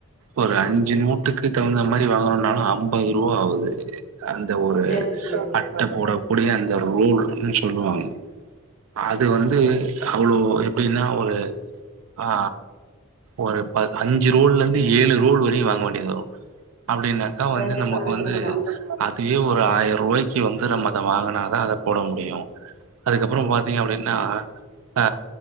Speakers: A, on the right; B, on the left.
A: ஒரு அஞ்சு நோட்டுக்கு தகுந்த மாதரி வாங்கரோனாலு அம்பது ரூவா ஆவுது அந்த ஒரு
B: செரி செரி
A: அட்ட போடக்கூடிய அந்த ரோல்ன் சொல்லுவாங்க அது வந்து அவ்ளோ எப்டின்னா ஒரு ஆ ஒரு ப அஞ்சு ரோல்லந்து ஏழு ரோல் வரையு வாங்க வேண்டிது வரு அப்பிடின்னா தா
B: கண்டிப்பா
A: வந்து நமக்கு
B: கண்டிப்பா
A: வந்து அதுவே ஒரு ஆயர்ருவாய்க்கு வந்து நம்ம அத வாங்கனாதா அத போட முடியு அதுக்கப்பறோ பாத்தீங்க அப்பிடின்னா அ